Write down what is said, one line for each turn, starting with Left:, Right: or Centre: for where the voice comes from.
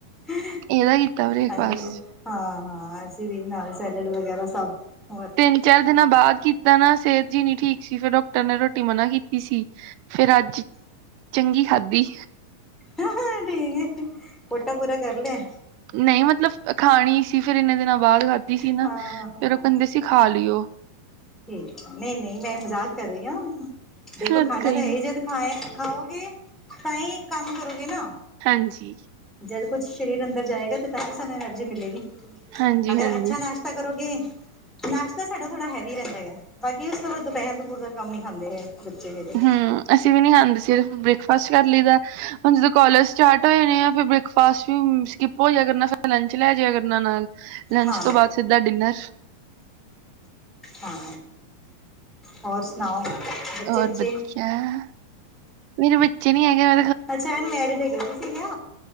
Centre: ਆ
Right: ਇਹਦਾ ਕੀਤਾ ਬ੍ਰੇਕਫਾਸਟ।
Centre: ਹਾਂ ਜੀ। ਹਾਂ ਹਾਂ ਅਸੀਂ ਵੀ ਨਾ ਸੈਲੇਡ ਵਗੈਰਾ ਸਭ ਹੋ।
Right: ਤਿੰਨ ਚਾਰ ਦਿਨਾਂ ਬਾਅਦ ਕੀਤਾ ਨਾ ਸਿਹਤ ਜਿਹੀ ਨੀ ਠੀਕ ਸੀ ਫਿਰ ਡਾਕਟਰ ਨੇ ਰੋਟੀ ਮਨਾ ਕੀਤੀ ਸੀ। ਫੇਰ ਅੱਜ ਚੰਗੀ ਖਾਧੀ।
Centre: ਹ ਠੀਕ ਕੋਟਾ ਪੂਰਾ ਕਰ ਲਿਆ।
Right: ਨਹੀਂ ਮਤਲਬ ਖਾਣੀ ਸੀ ਫੇਰ ਇੰਨੇ ਦਿਨਾਂ ਬਾਅਦ ਖਾਧੀ ਸੀ ਨਾ
Centre: ਹਾਂ
Right: ਫੇਰ
Centre: ਹਾਂ ਹਾਂ
Right: ਉਹ
Centre: ਹਾਂ
Right: ਕਹਿੰਦੇ ਸੀ ਖਾ ਲਈਉ।
Centre: ਠੀਕ ਹੈ ਨਹੀਂ ਨਹੀਂ ਮੈਂ ਮਜ਼ਾਕ ਕਰ ਰਹੀ ਹਾਂ ਦੇਖੋ
Right: ਫਿਰ
Centre: ਖਾਨਾ
Right: ਗਈ
Centre: ਤਾਂ ਇਹ
Right: ਨੀ
Centre: ਜਦ। ਖਾ ਖਾਓਗੇ ਤਾਂ ਹੀ ਇੱਕ ਕੰਮ ਕਰੋਗੇ ਨਾ।
Right: ਹਾਂਜੀ
Centre: ਜਦ ਕੁਛ ਸਰੀਰ ਅੰਦਰ ਜਾਏਗਾ ਤੇ ਤਦ ਵੀ ਸਾਨੂੰ ਐਨਰਜੀ ਮਿਲੇਗੀ।
Right: ਹਾਂਜੀ
Centre: ਅਗਰ
Right: ਹਾਂਜੀ
Centre: ਅੱਛਾ ਨਾਸ਼ਤਾ ਕਰੋਗੇ। ਨਾਸ਼ਤਾ ਸਾਡਾ ਥੋੜਾ ਹੈਵੀ ਰਹਿੰਦਾ। ਹੈ ਬਾਕੀ ਉਸ ਤੋਂ ਬਾਅਦ ਦੁਪਹਿਰ ਦੁਪਹਿਰ ਦਾ ਕਮ ਹੀ ਖਾਂਦੇ ਹੈ ਬੱਚੇ ਮੇਰੇ।
Right: ਹਮ ਅਸੀਂ ਵੀ ਨਹੀਂ ਖਾਂਦੇ ਸਿਰਫ ਬ੍ਰੇਕਫਾਸਟ ਕਰ ਲਈਦਾ। ਹੁਣ ਜਦੋਂ ਕੋਲਜ ਸਟਾਰਟ ਹੋ ਜਾਨੇ ਆ ਫਿਰ ਬ੍ਰੇਕਫਾਸਟ ਵੀ ਸਕਿੱਪ ਹੋ ਜਾਇਆ ਕਰਨਾ ਫਿਰ ਲੰਚ ਲੈ ਜਾਇਆ ਕਰਨਾ ਨਾਲ। ਲੰਚ
Centre: ਹਾਂ
Right: ਤੋਂ ਬਾਅਦ ਸਿੱਧਾ ਡਿਨਰ।
Centre: ਹਾਂ ਹੋਰ ਸੁਣਾਓ ਬੱਚੇ
Right: ਔਰ
Centre: ਬੁੱਚੇ?
Right: ਵਧੀਆ। ਮੇਰੇ ਬੱਚੇ। ਬੱਚੇ ਨਹੀਂ ਹੈਗੇ ਮ
Centre: ਅੱਛਾ ਐਨ ਮੈਰਿਡ ਹੈਗਾ ਤੁ ਸੀਗਾ।